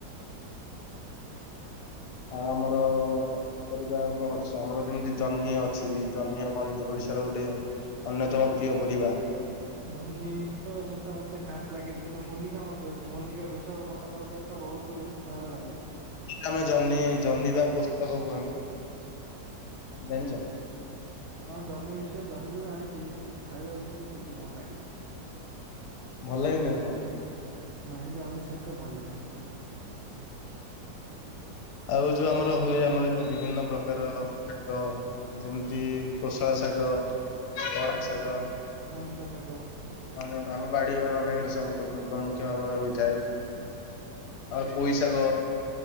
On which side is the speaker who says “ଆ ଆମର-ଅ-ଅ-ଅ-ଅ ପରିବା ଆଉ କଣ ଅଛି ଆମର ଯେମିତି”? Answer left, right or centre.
Left